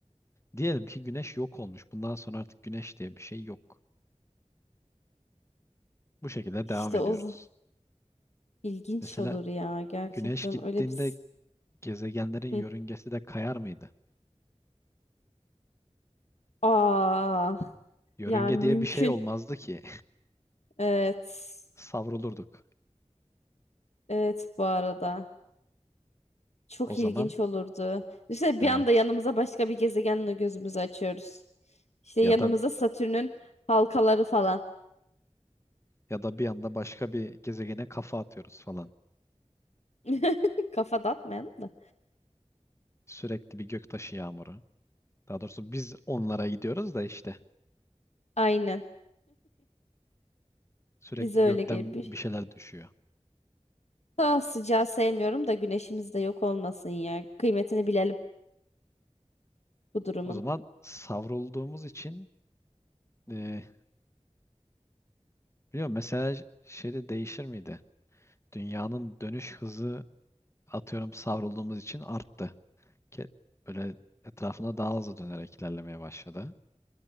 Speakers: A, on the left (about 25°); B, on the left (about 70°).
A: Diyelim ki güneş yok olmuş. Bundan sonra artık güneş diye bir şey yok. Bu şekilde
B: İşte
A: devam ediyoruz.
B: o z- ilginç
A: Mesela
B: olur ya gerçekten
A: güneş gittiğinde
B: öyle bir s-
A: gezegenlerin
B: Hı.
A: yörüngesi de kayar mıydı?
B: Aa,
A: Yörünge
B: yani
A: diye
B: mümkün.
A: bir şey olmazdı ki.
B: Evet.
A: <laughs> Savrulurduk.
B: Evet bu arada. Çok
A: O zaman
B: ilginç olurdu. İşte
A: evet.
B: bir anda yanımıza başka bir gezegenle gözümüzü açıyoruz. İşte
A: Ya
B: yanımıza
A: da
B: Satürn'ün halkaları falan.
A: Ya da bir anda başka bir gezegene kafa atıyoruz falan.
B: <laughs> Kafa dağıtmayalım da.
A: Sürekli bir göktaşı yağmuru. Daha doğrusu biz onlara gidiyoruz da işte
B: Aynen.
A: sürekli
B: Bize
A: gökten
B: öyle gelir. Bir-
A: bir şeyler düşüyor.
B: Daha sıcağı sevmiyorum da güneşimiz de yok olmasın ya. Kıymetini bilelim bu durumun.
A: O zaman savrulduğumuz için e, biliyorum mesela şeyde değişir miydi? Dünyanın dönüş hızı atıyorum savrulduğumuz için arttı. Ke- Böyle etrafına daha hızlı dönerek ilerlemeye başladı.